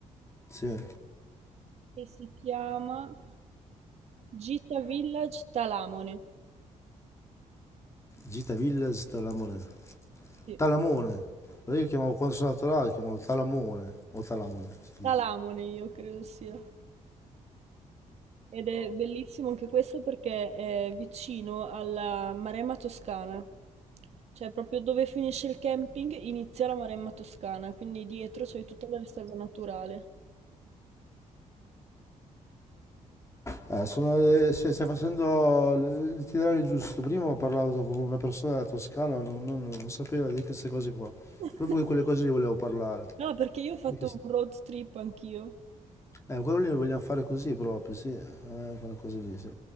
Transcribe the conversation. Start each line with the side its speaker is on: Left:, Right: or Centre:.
Left: Sì.
Right: che si chiama Gita Village Talamone.
Left: Gita Village Talamone.
Right: Sì,
Left: Talamone. Allora Io chiamavo quando sono andato là, lo chiamavo Talamone o Talamone si
Right: Talamone
Left: dice.
Right: io credo sia. Ed è bellissimo anche questo perché è vicino alla Maremma Toscana. Cioè proprio dove finisce il camping inizia la Maremma Toscana, quindi dietro c'è tutta la riserva naturale.
Left: Eh, sono le- se- stai facendo l- il titolare giusto. Prima ho parlato con una persona della Toscana, non, non- non sapeva di queste cose qua.
Right: <laughs>
Left: Proprio di quelle cose lì volevo parlare.
Right: No, perché io ho fatto
Left: Di che s-
Right: un road trip anch'io.
Left: Eh, quello lì lo vogliamo fare così proprio, sì. Eh, quella cosa lì, sì.